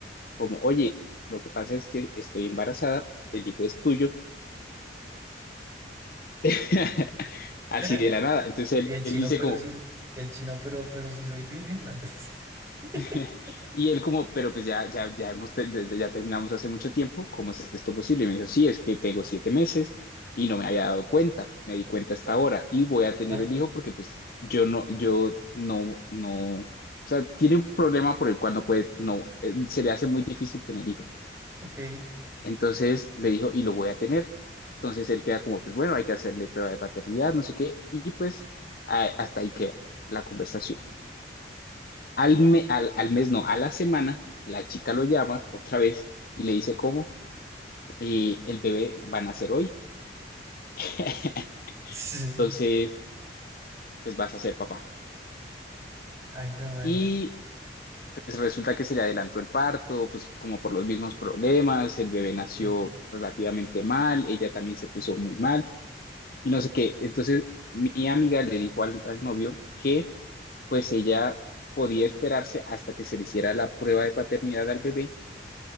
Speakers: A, on the left; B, on the right.
A: como, oye, lo que pasa es que estoy embarazada, el hijo es tuyo. <laughs> Así
B: <laughs>
A: de la nada. Entonces él,
B: Y el chino,
A: él dice
B: pero
A: como,
B: sí, y el chino, pero, pero sí soy virgen antes. <laughs>
A: <laughs> Y él como, pero pues ya, ya, ya, hemos, te- ya ya terminamos hace mucho tiempo, ¿cómo es esto posible? Y me dijo, sí, es que tengo siete meses y no me había dado cuenta, me di cuenta hasta ahora y voy a tener
B: Ah,
A: el hijo porque pues yo no, yo no, no, o sea, tiene un problema por el cual no puede, no, eh, se le hace muy difícil tener hijo.
B: ok.
A: Entonces le dijo, y lo voy a tener. Entonces él queda como, pues bueno, hay que hacerle prueba de paternidad, no sé qué, y pues a- hasta ahí queda la conversación. Al, me- al, al mes, no, a la semana, la chica lo llama otra vez y le dice cómo eh, el bebé va a nacer hoy, <laughs>
B: <laughs>
A: entonces pues vas a ser papá.
B: Ay, hijo de madre.
A: Y pues resulta que se le adelantó el parto, pues como por los mismos problemas, el bebé nació
B: Sí,
A: relativamente mal, ella también se puso muy mal y no sé qué. Entonces mi amiga le dijo al, al novio que pues ella podía esperarse hasta que se le hiciera la prueba de paternidad al bebé